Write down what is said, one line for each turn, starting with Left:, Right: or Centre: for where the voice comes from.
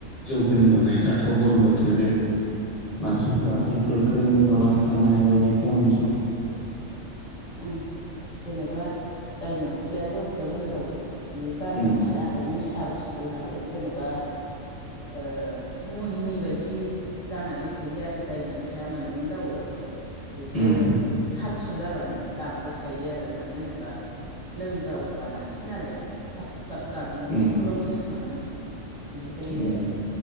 Left: जौफोरनि बागै दाथ' गरम बोथोरजों मानसि फोरा
Right: आरो
Left: इफोरखो नङाबानो थानो हाया बायदि खालामो दसं
Right: ओम जेनेबा जाय मानसिया जौखौ लोंदावो बि गारनो
Left: उम
Right: हाया आरो निसा बुस्थु नालाय जेनेबा ओ महिनि बायदि जानानै थायो आरो जाय मानसिया मोनलोंदावो बेखो
Left: उम
Right: सानसु जाबानो गांबोखायो आरो मानो होनोबा लोंद्रावग्रा मानसि नालाय ख्लाब ख्लाब गाङो
Left: उम
Right: बेखौल' गोसोखाङो बिदि जायो
Left: उम
Right: आरो